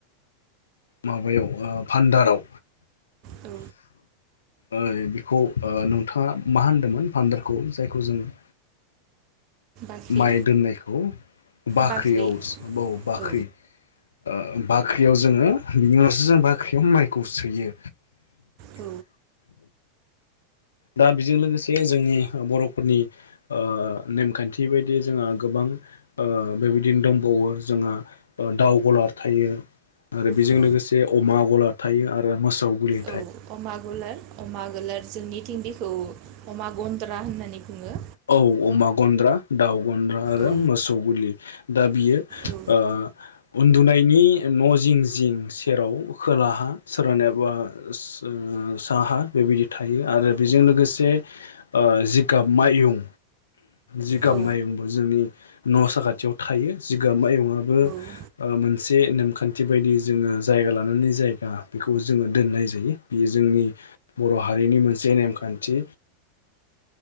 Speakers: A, on the left; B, on the right.
A: माबायाव ओ फान्दाराव
B: औ।
A: ओइ बिखौ ओ नोंथाङा मा होनदोंमोन फान्दारखौ जायखौ जोंङो
B: बाख्रि
A: माइ दोननायखौ बाख्रियाव
B: बाख्रि
A: <unintelligible> बाख्रि
B: औ
A: ओ बाख्रियाव जोङो बिनि उनावसो जों बाख्रियाव माइखौ सोयो।
B: औ
A: दा बेजों लोगोसे जोंनि बर'फोरनि ओ नेमखान्थि बायदियै जोंहा गोबां ओ बेबायदिनो दंबावो जोंहा ओ दाउ गलार थायो। आरो बेजों
B: औ
A: लोगोसे अमा गला थायो आरो मोसौ गलि
B: औ अमा गलार-अमा गलार जोंनिथिं बिखौ अमा गन्द्रा होननानै बुङो।
A: औ अमा गन्द्रा, दाउ गन्द्रा आरो
B: औ
A: मोसौ गुलि। दा बियो
B: औ
A: ओ उन्दुनायनि न' जिं-जिं सेराव खोलाहा सोरहानियाबा जों साहा बेबायदि थायो आरो बेजों ओ लोगोसे जिगाब मायुं जिगाब
B: औ
A: मायुंबो जोंनि न' साखाथियाव थायो जिगाब मायुंआबो
B: औ
A: ओ मोनसे नेमखान्थि बायदियै जोङो जायगा लानानै जायगा बेखौ जोङो दोननाय जायो। बेयो जोंनि बर' हारिनि मोनसे नेमखान्थि।